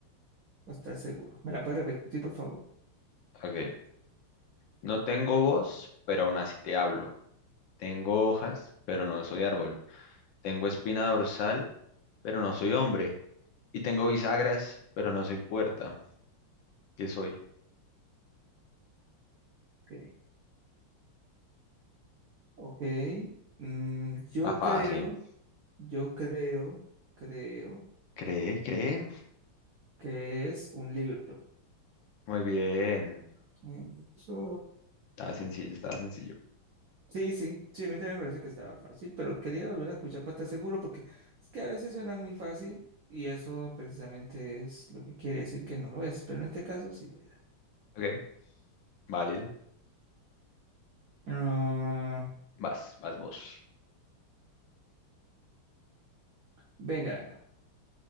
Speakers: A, on the right (about 75°); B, on the left (about 70°).
A: para estar seguro. ¿Me la puede repetir, por favor?
B: Ok. No tengo voz, pero aún así te hablo. Tengo hojas, pero no soy árbol. Tengo espina dorsal, pero no soy hombre. Y tengo bisagras, pero no soy puerta. ¿Qué soy?
A: Ok. Ok. Mm, yo
B: Está fácil.
A: creo, yo creo, creo.
B: ¿Cree? ¿Cree?
A: que es un libro.
B: Muy bien.
A: Eh, Eso,
B: Está sencillo, está sencillo.
A: sí, sí, sí, a mí también me parece que estaba fácil, pero quería volver a escuchar para estar seguro porque es que a veces suena muy fácil y eso precisamente es lo que quiere decir que no lo es, pero en este caso sí lo era.
B: Ok, válido.
A: Ah,
B: Vas, vas vos.
A: venga, venga,